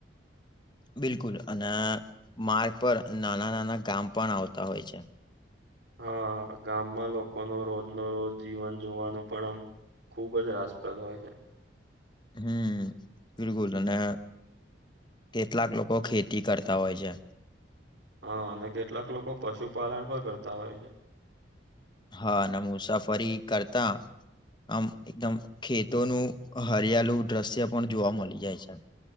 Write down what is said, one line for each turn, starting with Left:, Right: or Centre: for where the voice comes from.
Left: બિલકુલ અને માર્ગ પર નાના-નાના ગામ પણ આવતા હોય છે.
Right: હા ગામમાં લોકોનો રોજનો રોજ જીવન જોવાનું પણ આમ ખુબ જ રાસ પ્રદ હોય છે.
Left: હમ્મ બિલકુલ અને કેટલાક લોકો ખેતી કરતા હોય છે.
Right: હા અને કેટલાક લોકો પશુપાલન પર કરતા હોય છે.
Left: હા અને મુસાફરી કરતા આમ એકદમ ખેતોનું હરિયાળું દ્રશ્ય પણ જોવા મળી જાય છે.